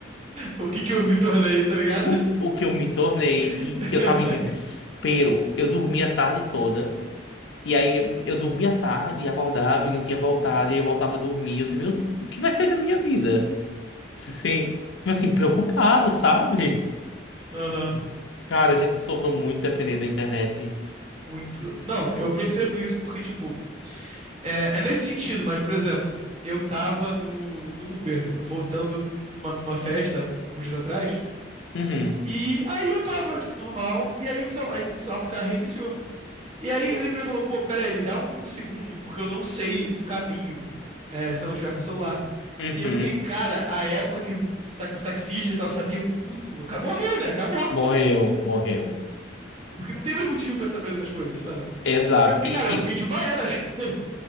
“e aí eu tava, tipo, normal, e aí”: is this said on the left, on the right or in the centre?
Right